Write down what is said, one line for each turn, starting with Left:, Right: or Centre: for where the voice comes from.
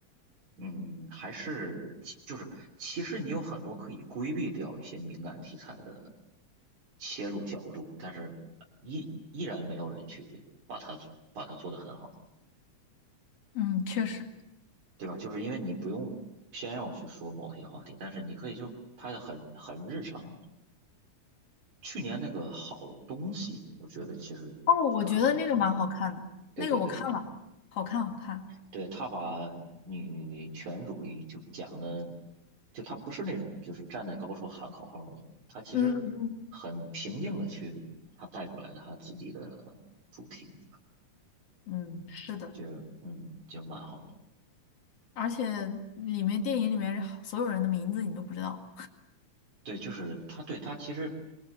Right: 嗯，还是其就是其实你有很多可以规避掉一些敏感题材的切入角度，但是依依然没有人去把它把它做得很好，
Left: 嗯，确实。
Right: 对吧？就是因为你不用偏要去说某些话题，但是你可以就拍得很很日常嘛。去年那个好东西，我觉得其实就还挺好的。
Left: 哦，我觉得那个蛮好看的，
Right: 对对对对对，
Left: 那个我看了，好看，好看。
Right: 对，他把女权主义就讲的，就他不是那种就是站在高处喊口号的那种他其实
Left: 嗯嗯，
Right: 很平静的去他带出来他自己的主题，
Left: 嗯，是的。
Right: 就嗯就蛮好的。
Left: 而且里面电影里面所有人的名字你都不知道。
Right: 对，就是他对他其实